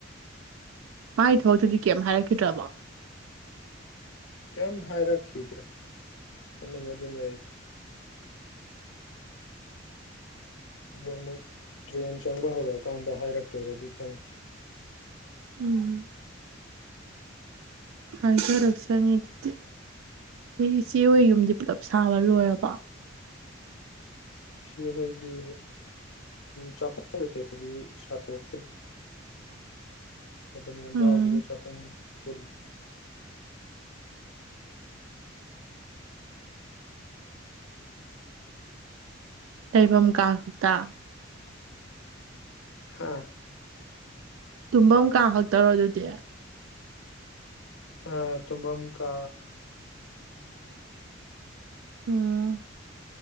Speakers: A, on the right; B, on the left.
A: ꯃꯥꯏꯊ ꯑꯗꯨꯗꯤ ꯀꯩꯝ ꯍꯥꯏꯔꯛꯈꯤꯗ꯭ꯔꯕꯣ
B: ꯀꯩꯝ ꯍꯥꯏꯔꯛꯈꯤꯗ꯭ꯔꯦ ꯇꯨꯃꯤꯟꯅ ꯑꯗꯨ ꯂꯩꯈ꯭ꯔꯥ ꯑꯗꯣ ꯑꯃꯨꯛ ꯇ꯭ꯔꯦꯟ ꯆꯪꯕ ꯍꯧꯔꯛꯑꯀꯥꯟꯗ ꯍꯥꯏꯔꯛꯇꯣꯏꯔꯗꯤ ꯈꯪꯈꯤ
A: ꯎꯝ ꯍꯥꯏ ꯄ꯭ꯔꯗꯛꯁꯅꯤ ꯑꯗꯨꯗꯤ ꯑꯩꯣꯏ ꯏꯆꯦ ꯍꯣꯏ ꯌꯨꯝꯗꯤ ꯄꯨꯂꯞ ꯁꯥꯕ ꯂꯣꯏꯔꯕ
B: ꯁꯤ ꯑꯩꯈꯣꯏꯒꯤ ꯆꯥꯛꯈꯣꯡ ꯀꯩꯀꯩꯗꯤ ꯁꯥꯗꯣꯛꯇ꯭ꯔꯤ ꯑꯗꯨꯣ ꯌꯨꯝꯖꯥꯎꯗꯨꯗ
A: ꯎꯝ
B: ꯆꯥꯛꯈꯨꯝ ꯄꯨꯜ
A: ꯁꯩꯕꯝ ꯀꯥ ꯍꯗ
B: ꯍꯥꯥ
A: ꯇꯨꯝꯐꯝ ꯀꯥ ꯈꯛꯇꯔꯣ ꯑꯗꯨꯗꯤ
B: ꯑ ꯇꯃ ꯑꯃꯨꯀ
A: ꯎꯝ